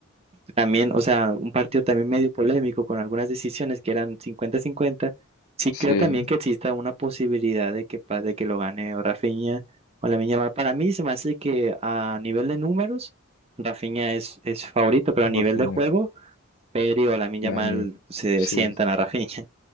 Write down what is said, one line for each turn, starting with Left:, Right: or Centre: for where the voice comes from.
Right: también, o sea, un partido también medio polémico con algunas decisiones que eran cincuenta cincuenta sí
Left: Sí,
Right: creo también que exista una posibilidad de que, pa- de que lo gane o Rafinha o la Yamal. Para mí se me hace que a nivel de números, Rafinha es, es favorito, pero a nivel
Left: Rafinha,
Right: de juego... Pedri o Lamine Yamal
Left: Lamine,
Right: se
Left: sí,
Right: sientan a Rafinha.